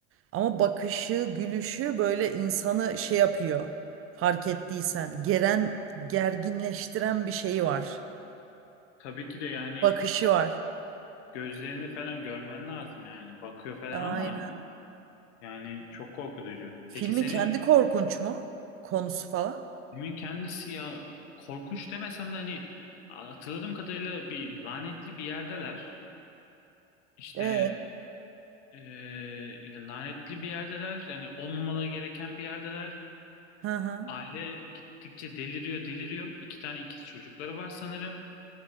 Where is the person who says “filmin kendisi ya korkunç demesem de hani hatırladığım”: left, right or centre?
Left